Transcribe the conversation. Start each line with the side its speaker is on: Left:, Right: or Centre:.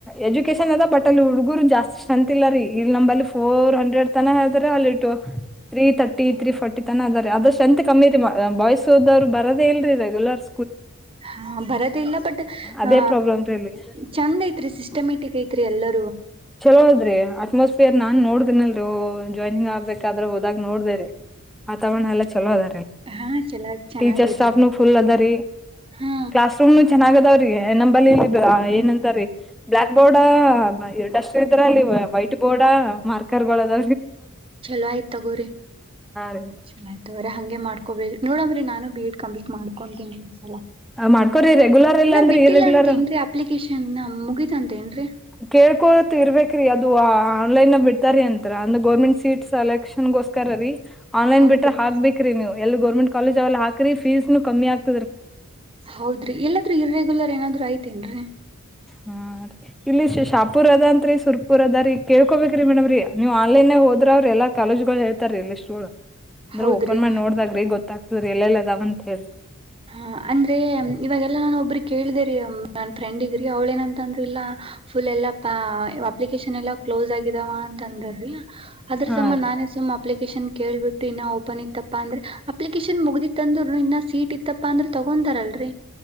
Centre: ಎಜುಕನ್ ಅದ ಬಟ್ ಅಲ್ಲಿ ಹುಡುಗರು ಜಾಸ್ತಿ ಸ್ರಂತ ಇಲ್ಲ ರೀ ಇಲ್ಲಿ ನಂಬ ಅಲ್ಲಿ ಫೋರ್ ಹಂಡ್ರೆಡ್ ತನ ಹೇಳದ್ರ ಅಲ್ಲಿ ತ್ರೀ ತರ್ಟಿ ತ್ರೀ ಫರ್ಟಿ ದ ಅದು್ರ ಸ್ರಂತ್ ಕಮ್ಮಿರಿ ಬಾಯ್ಸ್ ಹದ್ರು ಬರೋದ ಇಲ್ರಿ ರಗ್ಯುಲರ್
Right: ಹಾ ಬರೋದ ಇಲ್ಲ ಬಟ್
Centre: ಅದೇ
Right: ಆ
Centre: ಪ್ರಾಬ್ಲಮ್ ರೀ ಇಲ್ಲಿ
Right: ಚಂದ್ ಐತ್ರಿ ಸಿಸ್ಟಮ್ಯಾಟಿಕ್ ಐತ್ ಎಲ್ಲೂ
Centre: ಚಲೋ ಅದ್ರಿ ಅಟ್ಮಾಸ್ಫಿಯರ್ ನಾನ್ ನೋಡ್ದನಲ್ ಜಾಯ್ನಿಂಗ್ ಆಗ್ಬೇಕ್ರೆ ಹೋದಾಗ ನೋಡೇ ವಾತಾವರಣ ಎಲ್ಲ ಚಲೋ ಅದ
Right: ಹಾ ಚಲೋ ಚೆನ್ನಾಗ್
Centre: ಟೀಚರ್
Right: ಐತ್ರಿ
Centre: ಸ್ಟಾಫ್ನು ಫುಲ್ ಅದೀ
Right: ಹಾ
Centre: ಕ್ಲಾಸ್ ರೂಮ್ ಚೆನ್ನಾಗ ಅದಾವ್ರೀ ನಂಬ ಇ ಂತೀ ಬ್ಲಯಾಕ್ ಬೋರ್ಡ್ ಎ ಇದ್ರ ಅಲ್ಲಿ ವೈಟ್ ಬೋರ್ಡ್ ಮಾರ್ಕರ್ಗಳು ಅದ
Right: ಚಲೋ ಆಯ್ತು ತಗೋರಿಿ
Centre: ರೀ
Right: ಚಲೋ ಆಯ್ತ್ ತಗೋರಿ ಹಂಗೆ ಮಾಡ್ಕ ನೋಡಂಗ್ರೆ ನಾನು ಬೇ ಲ
Centre: ಮಾಡ್ಕೋರಿ ರೆಗ್ಯುಲರ್ ಇಲ್ಲ
Right: ಇನ್ನ
Centre: ಅಂದ್ರೆ
Right: ಬಿಟ್ಟಿಲ್ಲ
Centre: ಇರ್ರೆಗ್ಯುಲರ್
Right: ಅೇನ್ ಅಲನ್ ಮು ಚಂದ ೇನ್ರಿ
Centre: ಕೇಳ್ಕೋತ್ ಇರ್ಬೇಕ್ರೀ ಅದು ಆನ್ಲೈನ್ ಬಿಡ್ತಾರಾರಿೀ ಅಂತತ್ರ ಅಂದ್ರ ಗೋರ್ಮೆಂಟ್ ಸೀಟ್ ಸೆಲೆಕ್ಷನ್ಗೋಸ್ಕರ ರೀ ಆನ್ಲೈನ್
Right: ಹೌದ್ರಿ
Centre: ಬಿಟ್ರ ಹಾಕ್ಬೇಕ್ರಿ ನೀವು ಎಲ್ಲಿ ಗೋರ್ಮೆಟ್ ಕಾಲೇಜ್ಲ್ಲ ಹಾಕಿ ಫೀಸ್ನು ಕಮ್ಮಿ ಆಾತಿ
Right: ಹೌದ್ರಿ ಎಲ್ಲಾದ್ರೂ ಇರೆಗ್ಯುಲರ್ ಏನಾದ್ರು ಐತಿನ್ ರಿ
Centre: ಹಾ ರೀ ಇಲ್ಲಿ ಶಾಪುರ್ ಅದನ್ರಿ ಸುರ್ಪುರ್ ಅದ ರೀ ಕೇಳ್ಕೋಬೇಕ್ರೀ ಮೇಡಮ್್ರೀ ನೀವ್ ಆನ್ಲೈನ್ೇ ಹೋದ್ರ ಅವ್ರಿ ಎಾ ಕಾಲೇಜ ಗಳು ಹೇಳ್ತಾರೀ ಇಲ್ಲಷ್ಟುಗಳು ಅಂದ್ರ
Right: ಹೌದ್ರಿ
Centre: ಓಪನ್ ಮಾಡ ನೋಡಿದಾಗ್ರೆ ಗೊತ್ತಾಗತ ಸರಿ ಎಲ್ಲೆಲ್ಲದಾವಂತತ್ ಹೇಳ್ರಿ
Right: ಹಾ ಅಂದ್ರೆ ಇವಾಗೆಲ್ಲಾ ನಾನ ಒಬ್ಬ್ರ ಕೇಳ್ದರಿೀ ನನ್ ಫ್ರೆಂಡಗ್ರಿ ಅವ್ಳ ಏನಂತಂದ್ರ ಇಲ್ಲಾ ಫುಲ್ ಎಲ್ಲಾ ಅಪ್ಲಿಕೇಶನ್ ಎಲ್ಲಾ ಕ್ಲೋಸ್ ಆಗಿದಾವ ಅಂತ ಅಂದ್ರಿ ಅದ್ರ
Centre: ಹಾ
Right: ಸಮಮ್ಮ
Centre: ರೀ
Right: ನಾನೇ ಸುಮ್ಮ ಅಪ್ಲಿಕೇಶನ್ ಕೇಳ್ಬಿಟ್ಟು ಇನ್ನ ಓಪನ್ ಇತ್ತಪ್ಪ ಅಂದ್ರೆ ಅಪ್ಲಿಕೇಶನ್ ಮುಗ್ದಿ ಅಂದ್ರುನು ಇ ಸೀಟ್ ಇ ಇತ್ತಪ್ಪಾ ಅಂದ್ರೆ ತಗೊಂತತಾರಲ್ರರಿ